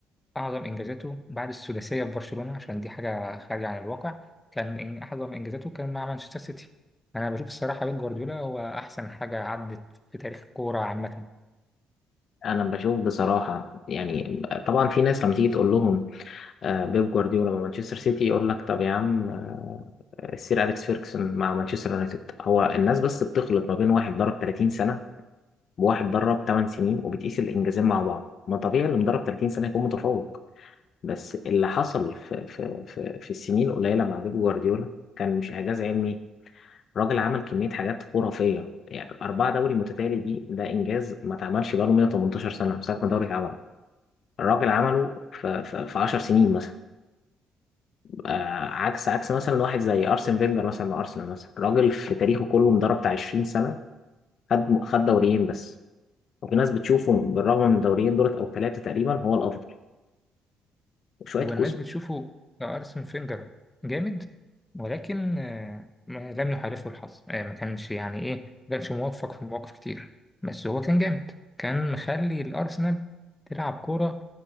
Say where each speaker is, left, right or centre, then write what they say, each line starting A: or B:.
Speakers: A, on the left; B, on the left.
A: أعظم إنجازاته بعد السداسية في برشلونة عشان دي حاجة خارجة عن الواقع كان إن- أعظم إنجازاته كان مع مانشستر سيتي أنا بشوف الصراحة بيب جوارديولا هو أحسن حاجة عدت في تاريخ الكورة عامة
B: انا بشوف بصراحه يعني طبعا في ناس لما تيجي تقول لهم آه، بيب جوارديولا مع مانشستر سيتي يقول لك طب يا عم آه، السير اليكس فيركسون مع مانشستر يونايتد هو الناس بس بتخلط ما بين واحد درب 30 سنه وواحد درب 8 سنين وبتقيس الانجازين مع بعض ما طبيعي اللي مدرب 30 سنه يكون متفوق بس اللي حصل في في في, في السنين القليله مع بيب جوارديولا كان مش اعجاز علمي الراجل عمل كميه حاجات خرافيه يعني أربعة دوري متتالي دي ده إنجاز ما اتعملش بقاله 118 سنة من ساعة ما الدوري اتعمل الراجل عمله في, في, في 10 سنين مثلا آه عكس عكس مثلا واحد زي ارسن فينجر مثلا مع ارسنال مثلا راجل في تاريخه كله مدرب بتاع 20 سنه خد خد دوريين بس وفي ناس بتشوفه بالرغم من الدوريين دولت او ثلاثه تقريبا هو الافضل وشويه
A: والناس
B: كوس
A: بتشوفه أرسن فينجر جامد ولكن آه، ما- لم يحالفه الحظ آه، ما كانش يعني إيه ما كانش موفق في مواقف كتير بس هو كان جامد كان مخلي الأرسنال تلعب كورة